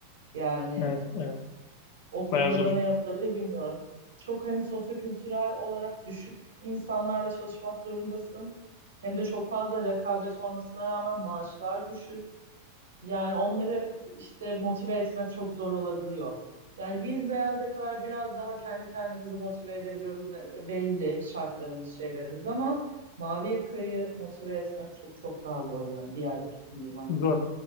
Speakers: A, on the right; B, on the left.
A: Yani
B: Evet, evet.
A: o konuda
B: Bayağı zor.
A: da ne yapılabilir bilmiyorum. Çok hem sosyokültürel olarak düşük insanlarla çalışmak zorundasın. Hem de çok fazla rekabet olmasına rağmen maaşlar düşük. Yani onları işte motive etmek çok zor olabiliyor. Yani biz beyaz yakalar biraz daha kendi kendimizi motive edebiliyoruz ne- belli şartlarımız, şeylerimiz ama mavi yakayı motive etmek çok çok daha zor yani bir yerde tutundurmak.
B: Zor.